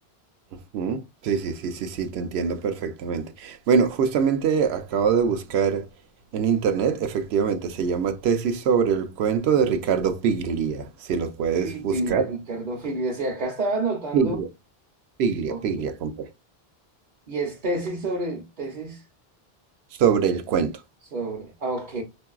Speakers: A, on the right; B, on the right.
A: ujú. Sí, sí, sí, sí, sí, te entiendo perfectamente. Bueno, justamente acabo de buscar en internet, efectivamente, se llama Tesis sobre el cuento de Ricardo Piglia, si lo puedes
B: Figlia,
A: buscar.
B: Ricardo Figlia. Sí, acá estaba anotando.
A: Sí. Piglia,
B: Ok.
A: piglia compré.
B: Y es tesis sobre, tesis
A: Sobre el cuento.
B: sobre. Ah, ok,